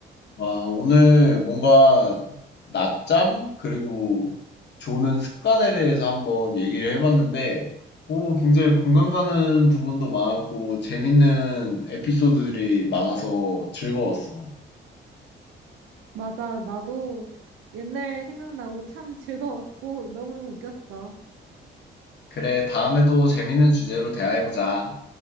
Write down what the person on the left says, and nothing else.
아, 오늘 뭔가 낮잠 그리고 조는 습관에 대해서 한번 얘기를 해봤는데 오, 굉장히 공감 가는 부분도 많았고 재밌는 에피소드들이 많아서 즐거웠어.
그래, 다음에도 재밌는 주제로 대화해보자.